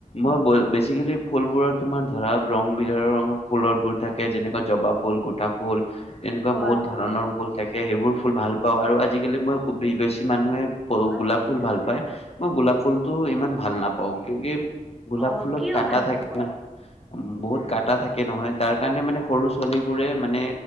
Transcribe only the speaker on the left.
মই বেচিকেলি ফুলবোৰত তোমাৰ ধৰা ৰং বিলাকৰ ফুলবোৰ ৰ থাকে যেনেকুৱা জৱাব ফুল, - <unintelligible> ফুল এনেকুৱা
বহুত ধৰণৰ
ফুল থাকে। সেইবোৰ ফুল ভাল পাওঁ আৰু আজিকালি মই বেছি মানুহে
গোলাপ ফুল ভাল পায়। মই গোলাপ ফুলতটো ইমান ভাল
নাপাও, কিউকি গোলাপ
ফুলত
কাটা
থাকে
না। উম, বহুত কাটা
থাকে নহয়। তাৰ কাৰণে মানে সৰু ছোৱালীবোৰে মানে